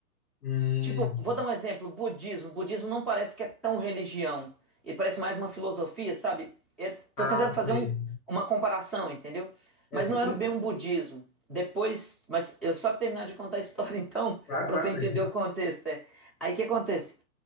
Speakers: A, on the left (about 80°); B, in the centre.
A: Hum,
B: Tipo, vou dar um exemplo, budismo. Budismo não parece que é tão religião. Ele parece mais uma filosofia, sabe? Eu
A: ah,
B: tô tentando fazer
A: sei.
B: um- uma comparação, entendeu?
A: É,
B: Mas
A: tem...
B: não era bem um budismo. Depois, mas eu só terminar de contar a história <laughs> então,
A: Claro,
B: pra
A: claro,
B: você entender
A: mas...
B: o contexto. é. Aí o que acontece?